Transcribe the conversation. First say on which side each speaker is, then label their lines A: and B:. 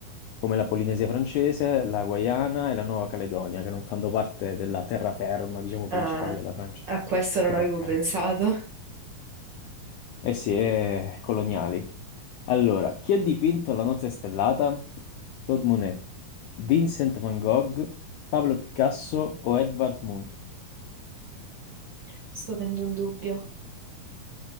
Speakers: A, on the left; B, on the right.
A: come la Polinesia francese, la Guayana e la Nuova Caledonia, che non fanno parte della terraferma, diciamo, principale
B: Ah,
A: della Francia.
B: a questo
A: Ecco
B: non
A: perché.
B: avevo pensato.
A: Eh sì, è coloniali. Allora, chi ha dipinto La notte stellata? Claude Monet, Vincent van Gogh, Pablo Picasso o Edvard Munch?
B: Sto avendo un dubbio.